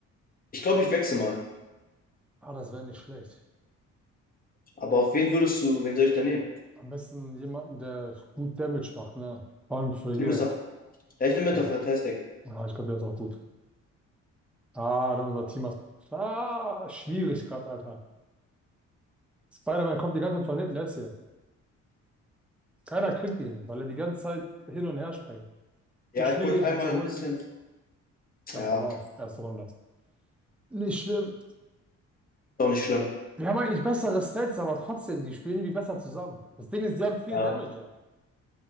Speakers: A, on the left; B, in the centre.
A: Ich glaube, ich wechsle mal.
B: Ah, das wäre nicht schlecht.
A: Aber auf wen würdest du, wen soll ich da nehmen?
B: Am besten jemanden, der gut Damage macht, ne? Vor allem für
A: Ich
B: hier.
A: nehme Mr. F- Ja, ich nehme
B: So.
A: Mr. Fantastic.
B: Ah, ich glaube, der ist auch gut. Ah, da unser Team hat. Ah, schwierig gerade, Alter. Spider-Man kommt die ganze Zeit von hinten, der ist hier. Keiner kriegt ihn, weil er die ganze Zeit hin und her springt.
A: Ja,
B: So schwierig,
A: ich bräuchte einmal
B: ihn zu
A: ein
B: holen.
A: bisschen.
B: Sie
A: Ja,
B: haben verloren.
A: ist
B: Erste Runde. Nicht schlimm.
A: auch nicht schlimm.
B: Wir haben eigentlich bessere Stats, aber trotzdem, die spielen irgendwie besser zusammen. Das Ding ist, die haben vier
A: Ja.
B: Damager.